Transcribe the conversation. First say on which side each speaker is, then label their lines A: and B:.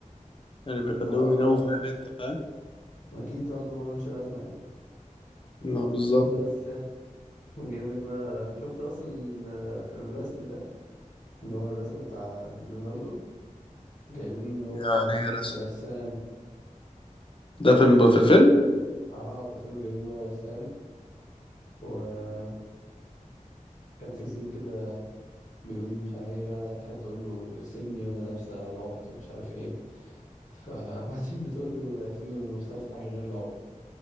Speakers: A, on the left (about 40°); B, on the left (about 65°).
A: يعني بيخليهم
B: اه اه
A: يناموا في اي حتة فاهم
B: آه. أكيد طبعا دول مالهمش لازمة يعني
A: ما بالظبط
B: بس آه، ونجيب لك بقى شفت أصلا ال- الرسم ده اللي هو الرسم بتاع ليوناردو جايبينه إن هو
A: يعني هي رسم
B: رسام
A: ده في الم...
B: يعني
A: في
B: هو-
A: الفيلم
B: اه في الفيلم جايبين إن هو رسام وكان في سين كده بيقول مش عارف ايه بقى دخلت تقول له ارسمني وانا لابسه العقد ومش عارف ايه فبعدين <laughs> بتقول له ارسمني وأنا مش لابسه حاجه غير العقد